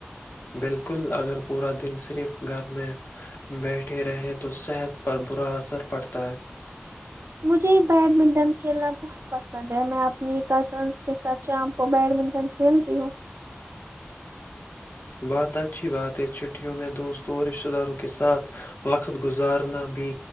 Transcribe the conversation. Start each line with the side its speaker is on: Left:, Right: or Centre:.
Left: بالکل اگر پورا دن صرف گھر میں بیٹھے رہے تو صحت پر برا اثر پڑتا ہے
Right: مجھے بیڈمنٹن کھیلنا بہت پسند ہے میں اپنی کزنس کے ساتھ شام کو بیڈمنٹن کھیلتی ہوں
Left: بہات اچھی بات ہے چھٹیوں میں دوستوں اور رشتہ داروں کے ساتھ وقت گزارنا بھی